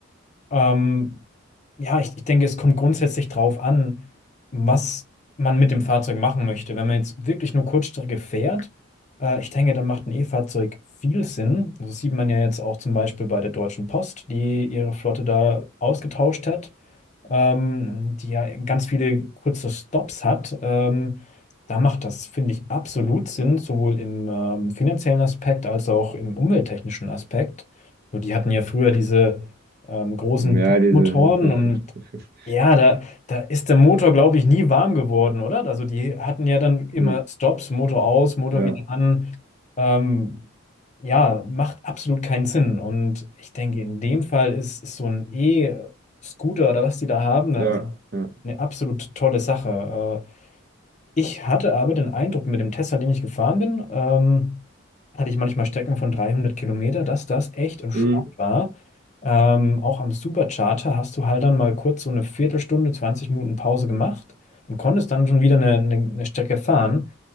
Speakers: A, on the left; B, on the right.
A: Ähm, ja, ich, ich denke, es kommt grundsätzlich drauf an, was man mit dem Fahrzeug machen möchte. Wenn man jetzt wirklich nur Kurzstrecke fährt, äh, ich denke, dann macht ein E-Fahrzeug viel Sinn. Also Das sieht man ja jetzt auch zum Beispiel bei der Deutschen Post, die ihre Flotte da ausgetauscht hat ähm, die ja ganz viele kurze Stops hat. Ähm, da macht das, finde ich, absolut Sinn, sowohl im ähm, finanziellen Aspekt als auch im umwelttechnischen Aspekt. So, die hatten ja früher diese ähm, großen
B: Ja, diese.
A: Motoren
B: <laughs>
A: und ja, da, da ist der Motor, glaube ich, nie warm geworden, oder? Also die hatten ja dann immer
B: Mm,
A: Stops, Motor aus, Motor
B: Ja,
A: wieder an. Ähm, ja, macht absolut keinen Sinn. Und ich denke, in dem Fall ist, ist so ein E-Scooter oder was die da haben, ne,
B: ja,
A: also
B: ja.
A: eine absolut tolle Sache. Äh, ich hatte aber den Eindruck, mit dem Tesla, den ich gefahren bin, ähm, hatte ich manchmal Strecken von 300 Kilometer, dass das echt entspannt
B: Mm,
A: war. Ähm, auch am Supercharger hast du halt dann mal kurz so eine Viertelstunde, 20 Minuten Pause gemacht und konntest dann schon wieder eine, eine, eine Strecke fahren.